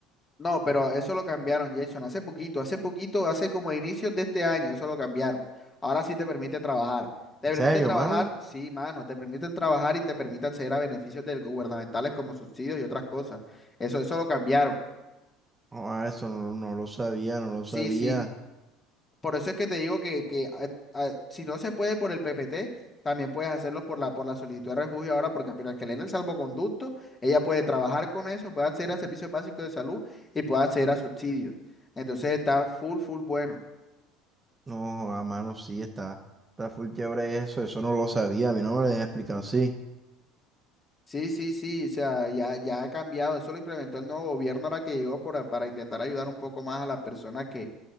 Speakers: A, on the left; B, on the right.
A: No, pero eso lo cambiaron, Jason, hace poquito, hace poquito, hace como a inicios de este año, eso lo cambiaron. Ahora sí te permite trabajar. ¿Te
B: ¿En
A: permite
B: serio,
A: trabajar?
B: mano?
A: Sí, mano, te permite trabajar y te permite acceder a beneficios del- gubernamentales como subsidios y otras cosas. Eso, eso lo cambiaron.
B: No, ah, eso no, no lo sabía, no lo
A: Sí,
B: sabía.
A: sí. Por eso es que te digo que, que a- a- si no se puede por el PPT, también puedes hacerlo por la, por la solicitud de refugio ahora, porque apenas que le den el salvoconducto, ella puede trabajar con eso, puede acceder a servicios básicos de salud y puede acceder a subsidios. Entonces está full, full bueno.
B: No, a mano, sí, está, está full chévere eso, eso no lo sabía, a mí no me lo habían explicado así.
A: Sí, sí, sí, o sea, ya, ya ha cambiado. Eso lo implementó el nuevo gobierno ahora que llegó para, para intentar ayudar un poco más a las personas que,